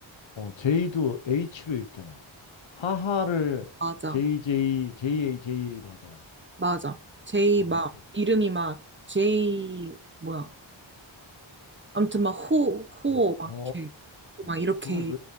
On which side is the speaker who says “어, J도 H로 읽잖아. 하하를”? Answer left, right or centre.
Left